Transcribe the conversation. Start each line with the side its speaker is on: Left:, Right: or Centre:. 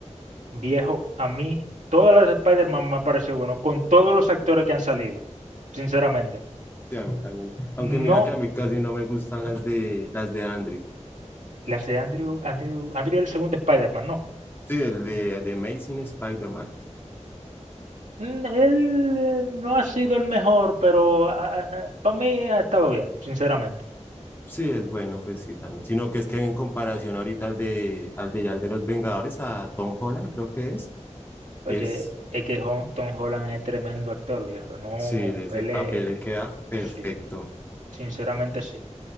Right: Viejo, a mí todas las de Spider-Man me han parecido bueno, con todos los actores que han salido, sinceramente.
Left: Sí, a mí también. Aunque
Right: No
Left: mira que a mí casi no me gustan las de las de Andrew.
Right: Las de Andrew, Andrew, Andrew el segundo Spider-Man, no.
Left: Sí, el de, de Amazing Spider-Man.
Right: Mm, Él eh, no ha sido el mejor, pero para mí ha estado bien, sinceramente.
Left: Sí, es bueno, pues sí, también. Sino que es que en comparación ahorita al de al de, ya al de los Vengadores, a Tom Holland, creo que es,
Right: Oye,
Left: es,
Right: es que Hon- Tom Holland es tremendo actor, viejo. No,
Left: sí, de ese
Right: él
Left: papel
Right: es...
Left: le queda perfecto.
Right: Sí, sinceramente sí.